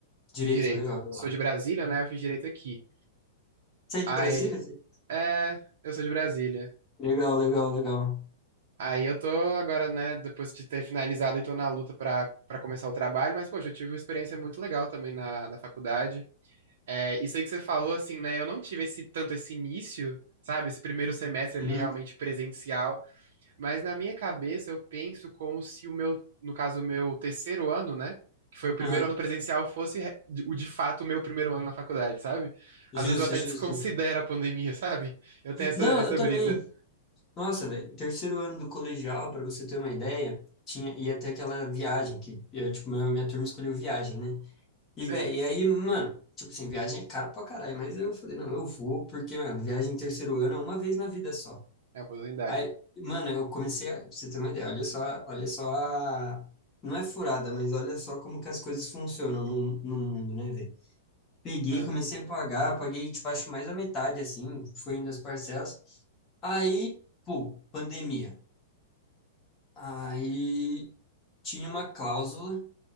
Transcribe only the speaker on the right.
fiz direito.
Sou de Brasília, né? Eu fiz direito aqui.
Aí,
é, eu sou de Brasília.
Aí eu tô agora, né, depois de ter finalizado e tô na luta pra, pra começar o trabalho, mas, poxa, eu tive uma experiência muito legal também na, na faculdade. É, isso aí que você falou, assim, né, eu não tive esse tanto esse início, sabe, esse primeiro semestre
ali realmente presencial, mas na minha cabeça eu penso como se o meu, no caso, o meu terceiro ano, né, que foi o primeiro
ano presencial, fosse re- de- o de fato o meu primeiro ano na faculdade, sabe?
Às vezes eu até
desconsidero a pandemia, <laughs> sabe? Eu tenho essa,
essa
brisa,
sei,
é a oportunidade,
né?